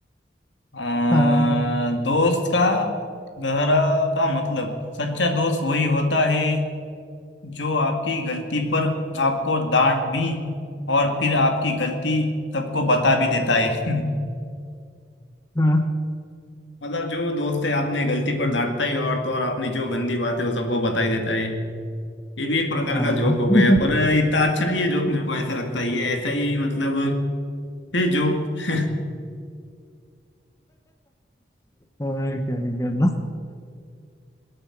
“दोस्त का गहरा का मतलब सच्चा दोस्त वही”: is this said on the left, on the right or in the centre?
Left